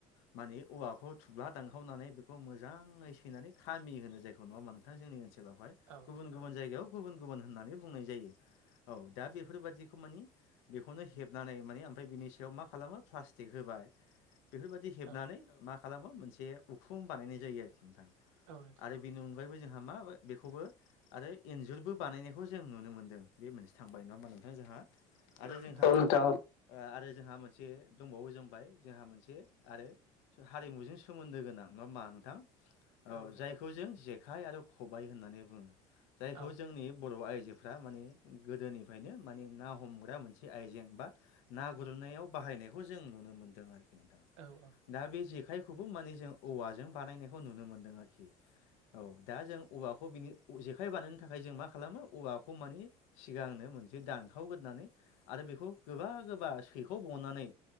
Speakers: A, on the left (about 80°); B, on the right (about 85°).
A: मानि औवाखौ थुब्ला दानखावनानै बेखौ मोजाङै सैनानै खामि होनो जाय नङा होमबा नोंथां जोंनि ओनसोलावहाय
B: औ
A: गुबुन गुबुन जायगायाव गुबुन गुबुन होननानै बुंनाय जायो औ दा बेफोरबायादिखौ मानि बेखौनो हेबनानै माने ओमफ्राय बिनि सायाव मा खालामो प्लास्टिक होबाय बेफोरबायदि हेबनानै
B: औ
A: मा खालामो मोनसे उखुम बानायनाय जायो आरोखि नोंथां आरो
B: औ नोंथां
A: बिनो अनगायैबो जोंहा मा बेखौबो आरो इन्जुरबो बानायनायखौ जों नुनो मोनदों बे मोनसे थांबाय नङा होमबा नोंथां जोंहा आरो
B: औ
A: जोंहा
B: नोंथां
A: आरो जोंहा मोनसे दंबावो जोंबाय जोंहा मोनसे आरो हारिमुजों सोमोन्दो गोनां नङा होमबा औ जायखौ जों जेखाय आरो खबाय होननानै बुङो जायखौ
B: औ
A: जोंनि बर' आयजोफ्रा गोदोनिफ्रायनो ना हमग्रा मोनसे आइजें बा ना गुरनायाव बाहायनायखौ जों नुनो मोनदों आरो
B: औ औ
A: दा बे जेखाइखौबो माने जों औवाजों बानायनायखौ नुनो मोन्दों आरोखि औ दा जों औवाखौ बिनि जेखाइ बानायनो थाखाय जों मा खालामो औवाखौ मानि सिगांनो मोनसे दानखावगोरनानै आरो बेखौ गोबा गोबा सैखावबावनानै